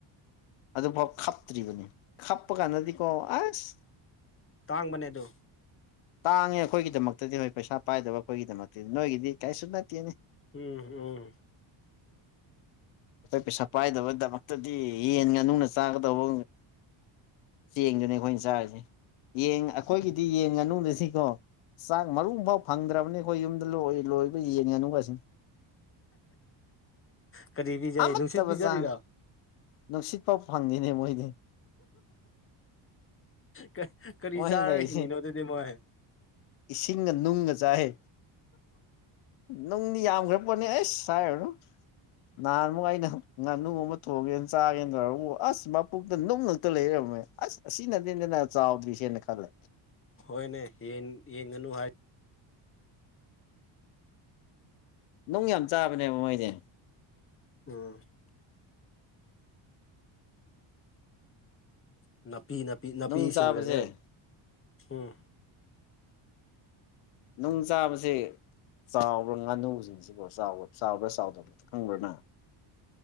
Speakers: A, on the left; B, on the left.
A: ꯑꯗꯨꯐꯥꯎ ꯈꯞꯇ꯭ꯔꯤꯕꯅꯤ ꯈꯞꯄ ꯀꯥꯟꯗꯗꯤꯀꯣ ꯑꯁ
B: ꯇꯥꯡ ꯃꯅꯦ ꯑꯗꯨ
A: ꯇꯥꯡꯉꯦ ꯑꯩꯈꯣꯏꯒꯤꯗꯃꯛꯇꯗꯤ ꯍꯣꯏ ꯄꯩꯁꯥ ꯄꯥꯏꯗꯕ ꯑꯩꯈꯣꯏꯒꯤꯗꯃꯛꯇ ꯅꯣꯏꯒꯤꯗꯤ ꯀꯥꯏꯁꯨ ꯅꯇꯅꯦ
B: ꯎꯝ ꯎꯝ
A: ꯑꯩꯈꯣꯏ ꯄꯩꯁꯥ ꯄꯥꯏꯗꯕꯩꯗꯃꯛꯇꯗꯤ ꯌꯦꯟ ꯉꯥꯅꯨꯅ ꯆꯥꯒꯗꯧꯕ ꯆꯦꯡꯗꯨꯅꯦ ꯑꯩꯈꯣꯏꯅ ꯆꯥꯔꯤꯁꯦ ꯌꯦ ꯑꯩꯈꯣꯏꯒꯤꯗꯤ ꯌꯦꯟ ꯉꯥꯅꯗ ꯁꯤ ꯑꯗꯣ ꯆꯥꯛ ꯃꯔꯨꯡ ꯐꯥꯎ ꯐꯪꯗ꯭ꯔꯕꯅꯤ ꯑꯩꯈꯣꯏ ꯌꯨꯝꯗ ꯂꯣꯏ ꯂꯣꯏꯕ ꯌꯦꯡꯉꯅꯨꯒꯁꯤꯅꯤ
B: ꯀꯔꯤ ꯄꯤꯖꯩ
A: ꯑꯃꯠꯇꯕ
B: ꯅꯨꯡꯁꯤꯠ ꯄꯤꯖꯔꯤꯔꯣ
A: ꯆꯥꯡ ꯅꯨꯡꯁꯤꯠ ꯐꯥꯎ ꯐꯪꯉꯤꯅꯦ ꯃꯣꯏ
B: ꯀꯥꯏ ꯀꯔꯤ
A: ꯃꯣꯏꯅ
B: ꯆꯥꯔꯒ
A: ꯂꯩꯔꯤꯁꯤ
B: ꯍꯤꯡꯉꯤꯅꯣ ꯑꯗꯨꯗꯤ ꯃꯣꯏ
A: ꯏꯁꯤꯡꯒ ꯅꯨꯡꯒ ꯆꯥꯏ ꯅꯨꯡꯗꯤ ꯌꯥꯝꯈ꯭ꯔ ꯄꯣꯠꯅꯤ ꯑꯩꯁ ꯁꯥꯏ ꯑꯣꯏꯣ ꯅꯍꯥꯟ ꯑꯃꯨꯛ ꯑꯩꯅ ꯉꯥꯨꯣꯡꯃ ꯀꯣꯒꯦꯅ ꯆꯥꯒꯦꯅ ꯇꯧꯔꯎ ꯑꯁ ꯃꯄꯨꯇ ꯅꯨꯡ ꯉꯛꯇ ꯂꯩꯔꯕꯃꯦ ꯑꯁ ꯑꯁꯤ ꯅꯠꯇꯦꯗꯅ ꯆꯥꯎꯗ꯭ꯔꯤ ꯟꯅꯥꯛꯂ
B: ꯍꯣꯏꯅꯦ ꯌꯦꯡꯒꯅꯨ ꯍꯥꯏ
A: ꯅꯨꯡ ꯌꯥꯝ ꯆꯥꯕꯅꯦꯕ ꯃꯣꯏꯅꯦ
B: ꯎꯝ ꯅꯥꯄꯤ ꯅꯥꯄꯤ ꯅꯥꯄꯤꯁꯤꯡꯒꯁꯦ
A: ꯅꯨꯡ ꯆꯥꯕꯁꯦ
B: ꯎꯝ
A: ꯅꯨꯡ ꯆꯥꯕꯁꯦ ꯆꯥꯎꯕ꯭ꯔꯥ ꯉꯥꯅꯨꯁꯤꯡꯁꯤꯕꯨ ꯆꯥꯎꯕ ꯆꯥꯎꯕ꯭ꯔꯥ ꯆꯥꯎꯗꯕ ꯈꯪꯕ꯭ꯔꯥꯅ